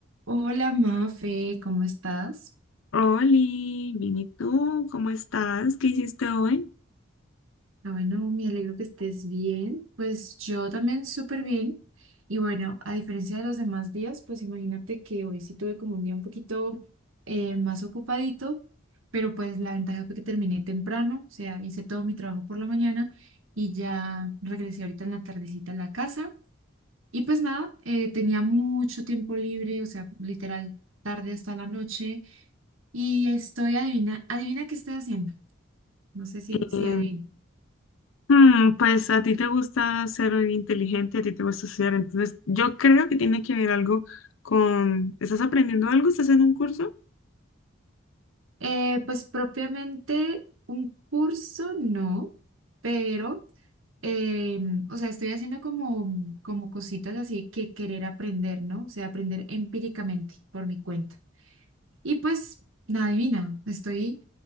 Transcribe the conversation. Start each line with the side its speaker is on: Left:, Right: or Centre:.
Right: Hola Mafe, ¿cómo estás?
Left: Oli, bien, ¿y tú? ¿Cómo estás? ¿Qué hiciste hoy?
Right: Ah, bueno, me alegro que estés bien. Pues yo también súper bien. Y bueno, a diferencia de los demás días, pues imagínate que hoy sí tuve como un día un poquito eh, más ocupadito, pero pues la ventaja fue que terminé temprano, o sea, hice todo mi trabajo por la mañana y ya regresé ahorita en la tardecita a la casa. Y pues nada, eh, tenía mucho tiempo libre, o sea, literal tarde hasta la noche. Y estoy, adivina, adivina qué estoy haciendo. No sé si,
Left: Eh,
Right: si adivino.
Left: hmm, pues a ti te gusta ser inteligente, a ti te gusta estudiar, entonces yo creo que tiene que ver algo con, ¿estás aprendiendo algo? ¿Estás en un curso?
Right: Eh, pues propiamente un curso no, pero, eh, o sea, estoy haciendo como, como cositas así que querer aprender, ¿no? O sea, aprender empíricamente por mi cuenta. Y pues, nada divina estoy